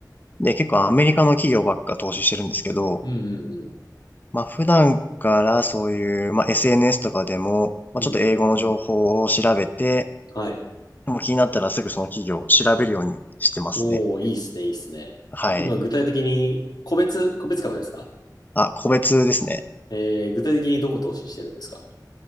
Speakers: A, on the left (about 25°); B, on the left (about 70°).
A: で、結構アメリカの企業ばっか投資してるんですけど、
B: うんうんうん。
A: まあ普段からそういう、まあ SNS とかでも、まあちょっと英語の情報を調べて、
B: うんうん。はい。
A: もう気になったらすぐその企業を調べるようにしてますね。
B: おお、いいっすね、いいっすね。
A: はい。
B: 今、具体的に、個別、個別株ですか
A: あ、個別ですね。
B: えー、具体的にどこ投資してるんですか